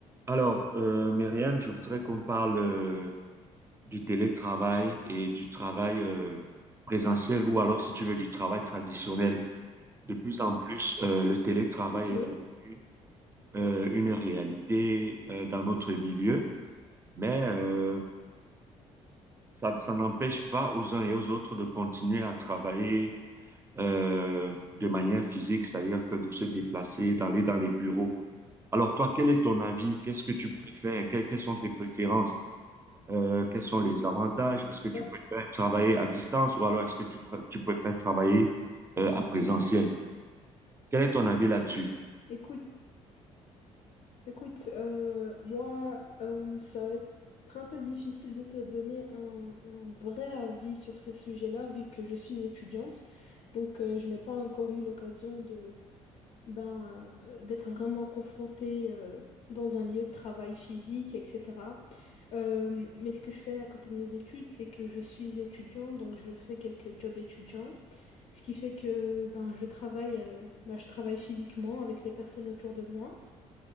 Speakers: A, on the right (about 20°); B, on the left (about 50°).
A: Alors, euh, Myriam, je voudrais qu'on parle euh, du télétravail et du travail euh, présentiel ou alors, si tu veux, du travail traditionnel. De plus en plus, euh, le télétravail
B: Ok,
A: est devenu euh, une réalité euh, dans notre milieu, mais euh, ça, ça n'empêche pas aux uns et aux autres de continuer à travailler euh, de manière physique, c'est-à-dire que de se déplacer, d'aller dans les bureaux. Alors, toi, quel est ton avis? Qu'est-ce que tu préfères? Que- quelles sont tes préférences? Euh, quels sont les avantages? Est-ce que tu
B: bah,
A: peux faire travailler à distance ou alors est-ce que tu, tra- tu peux faire travailler euh, à présentiel? Quel est ton avis là-dessus?
B: écoute, écoute, euh, moi, euh, ça va être un peu difficile de te donner un, un vrai avis sur ce sujet-là, vu que je suis étudiante. Donc, euh, je n'ai pas encore eu l'occasion de, ben, euh, d'être vraiment confrontée, euh, dans un lieu de travail physique, etc. Euh, mais ce que je fais à côté de mes études, c'est que je suis étudiant, donc je fais quelques jobs étudiants, ce qui fait que, ben, je travaille, euh, ben, je travaille physiquement avec les personnes autour de moi.